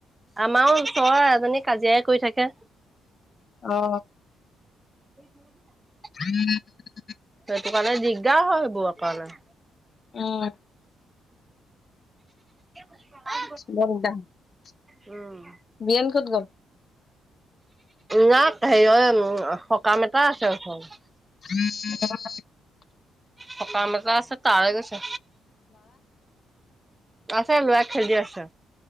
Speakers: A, on the right; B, on the left.
A: আমাৰো ওচৰৰ এজনী কাজিয়াই কৰি থাকে।
B: অ।
A: <inaudible>
B: <unintelligible>
A: সেইটো কাৰণে দিগদাৰ হয় সেইবোৰ কাৰণে।
B: উম।
A: <unintelligible>
B: <unintelligible>
A: উম।
B: বিয়েন ক'ত গ'ল?
A: ন সেৰি অ <unintelligible> উম সকাম এটা আছে ওচৰত।
B: <unintelligible>
A: সকাম এটা আছে তালে গৈছে। আছে ল'ৰাই খেলি আছে।